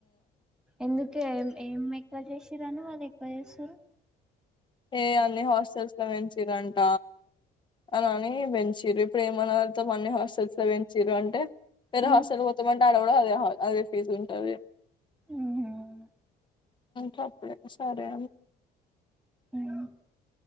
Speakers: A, in the centre; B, on the left (about 25°).
A: ఎందు కే ఏం ఎక్కువ చేసిరని వాళ్ళు ఎక్కువ చేసారు
B: ఏ అన్నిీ హాస్టల్స్ లొ పెంచిరంట ఆనాని బెంచిరు ఇప్పుడు ఏమన్నా అన్ని హాస్టల్స్ లో పెంచరు అంటే వేరే
A: ఉమ్
B: హాస్టల్ పోత్తామంటే ఆడ కూడా అదే అదే ఫీజ ఉ దే
A: ఉమ్
B: తప్పడ సారే
A: ఆహ